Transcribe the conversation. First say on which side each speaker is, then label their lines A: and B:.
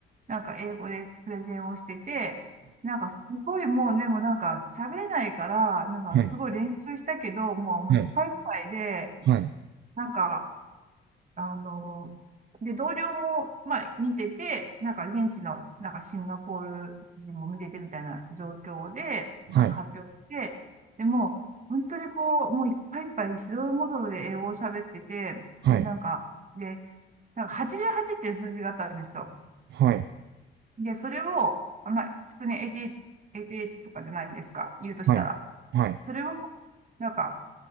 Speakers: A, on the right; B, on the right.
A: なんか英語でプレゼンをしてて、なんかすごいもうね、もうなんか喋れないから、なんかすごい練習したけど、
B: はい。
A: もう、もういっぱいいっぱいで、
B: はい。はい。
A: なんか、あの、で、同僚も、まあ、見てて、なんか現地の、なんかシンガポール人も見ててみたいな状況で、
B: はい。
A: なんか発表して、でもう、本当にこう、もういっぱいいっぱい、しどろもどろで英語を喋ってて、
B: はい。
A: で、
B: はい。
A: なんか、
B: はい。
A: で、なんか88っていう数字があったんですよ。
B: はい。
A: で、それを、あんまあ、普通に88、88とかじゃないですか、言うとしたら。
B: はい。はい。
A: それを、なんか、